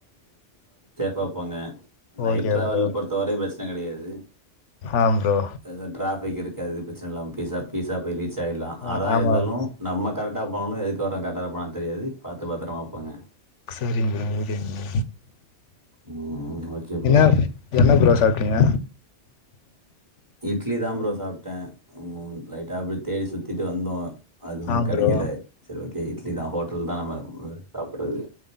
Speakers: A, on the right; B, on the left.
A: பாப்பாங்க நைட்
B: ஓகே
A: ட்ராவல்
B: ப்ரோ
A: பொறுத்த வரையு பிரச்சனை கெடையாது
B: ஆ ப்ரோ
A: அது ட்ராபிக் இருக்கு எது பிரச்சனல்லா பீசா பீசா பயலி சைடுலா
B: ஆ
A: ஆனா
B: ஆமா
A: இருந்தாலு
B: ப்ரோ
A: நம்ம கரெக்டா போனு எதுக்கு வராங்க கரெக்ட்டா இருப்பானான்னு தெரியாது பாத்து பத்திரமா போங்க
B: சரிங்க விடுங்க
A: ம், ஓகே ப்ரோ
B: என்னா என்ன ப்ரோ சாப்பிட்டீங்க
A: இட்லிதா ப்ரோ சாப்ட்டே உம் லைட்டா அப்டிப் தேடி சுத்திட்டு வந்தோ அதுவு
B: ஆ
A: கெடைக்கல
B: ப்ரோ
A: சேரி ஓகே இட்லி தா ஹோட்டல்தா நம்ம <unintelligible> சாப்பிறது